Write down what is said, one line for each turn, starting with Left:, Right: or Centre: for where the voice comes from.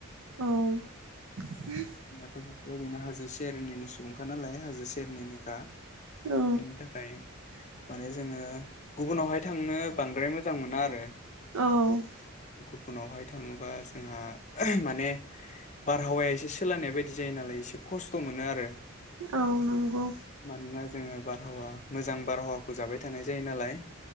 Right: औ। <inaudible>
Left: जोंहाथ बेफोर बादिनो हाजो सेरनिनो सुबुंखा नालाय हाजो सेरनिनोखा
Right: औ
Left: बिनि थाखाय माने जोङो गुबुनावहाय थांनो बांद्राय मोजां मोना आरो।
Right: औ
Left: बुनावहाय थाङोबा जोंहा माने बारहावाया एसे सोलायनाय बायदि जायो नालाय एसे खस्थ' मोनो आरो
Right: औ नंगौ
Left: मानोना जोङो बारहावा मोजां बारहावाखौ जाबाय थानाय जायो नालाय।